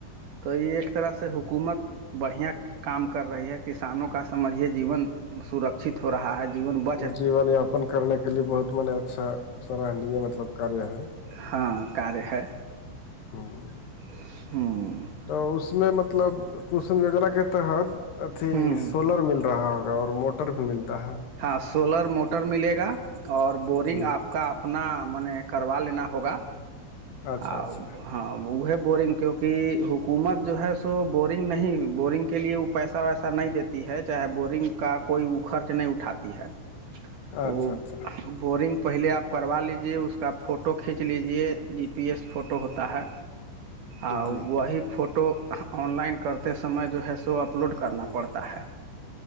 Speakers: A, on the right; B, on the left.
A: تو یہ ایک طرح سے حکومت بڑھیا کام کر رہی ہے کسانوں کا سمجھی جیون سرک ہو رہا ہے جی بہ
B: جیون یاپن کرنے کے لیے بہت م اچھا سرہنی ہے مطلب کاریہ ہے
A: ہاں کاریہ ہے
B: ہاں
A: ہاں
B: تو اس میں مطلب کسم یوجنا کے تحت اھی
A: ہوں
B: سولر مل رہا ہوگا اور موٹر بھی ملتا ہے
A: ہاں سولر موٹر ملے گا اور بورنگ
B: جی
A: آپ کا اپنا م نے کروا لینا ہوگا
B: اچھا
A: اور
B: اچھا
A: ہاں وہ ہے بورنگ کیونکہ حکومت جو ہے سو بورنگ نہیں بورنگ کے لیے پیسہ ویسا نہیں دیتی ہے چاہے بورنگ کا کوئی خرچ نہیں اٹھاتی ہے
B: اچھا
A: وہ
B: اچھا
A: بورنگ پہلے آپ کروا لیجیے اس کا فوٹو کھینچ لیجیے پی ایس فوٹو ہوتا ہے اور
B: جی
A: وہی فوٹو آن لائن کرتے سمے جو ہے سو اپلوڈ کرنا پڑتا ہے